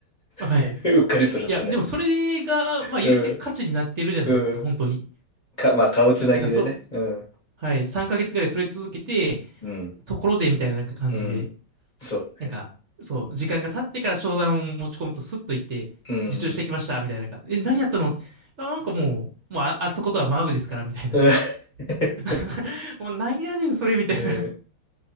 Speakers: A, on the right (about 50°); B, on the left (about 30°).
A: はいうんはいうんはい
B: <laughs> うっかりするとね。
A: いや、でもそれが、まあ言うて価値になってるじゃないですか、
B: うん、うん。
A: 本当に。
B: か、まあ、顔つなぎでね。
A: なんかそう、
B: うん、
A: はい。3ヶ月ぐらいそれ続けて、
B: うん、
A: ところでみたいななんか感じで、
B: うん。そうね。
A: なんか、そう、時間が経ってから商談を持ち込むとスッと行って、
B: うん、
A: 受注してきました、みたいななんか。え、何やったのあ、なんかもう、もうあ、あそことはマブですから、みたいな。
B: うん <laughs>。
A: <laughs> もうなんやねん、それ、みたいな。
B: えー